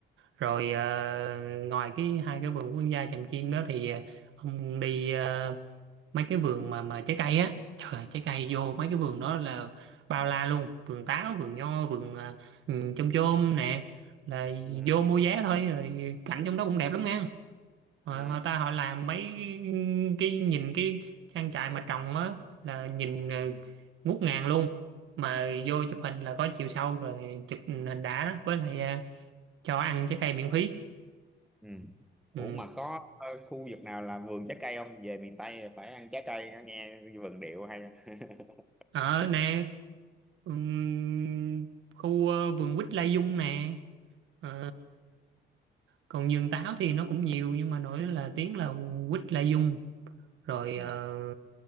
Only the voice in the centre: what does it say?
ừ,
ừ,
ừ. Ủa
mà có ờ, khu vực nào là vườn trái cây không về miền Tây phải ăn trái cây nghe vườn điệu hay <laughs>
Ừ.